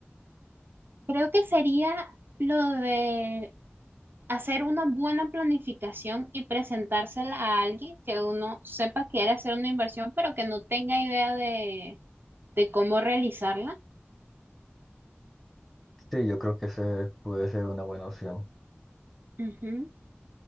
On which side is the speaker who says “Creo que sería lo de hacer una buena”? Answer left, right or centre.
Right